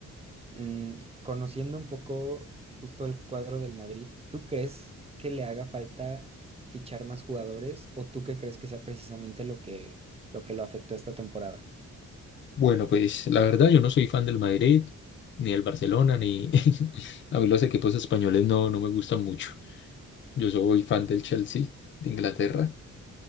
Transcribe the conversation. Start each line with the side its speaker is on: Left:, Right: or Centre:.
Right: Mm, conociendo un poco justo el cuadro del Madrid, ¿tú crees que le haga falta fichar más jugadores o tú qué crees que sea precisamente lo que lo que lo afectó esta temporada?
Left: Bueno, pues la verdad yo no soy fan del Madrid, ni del Barcelona, ni <laughs> a mí los equipos españoles no, no me gustan mucho. Yo soy fan del Chelsea de Inglaterra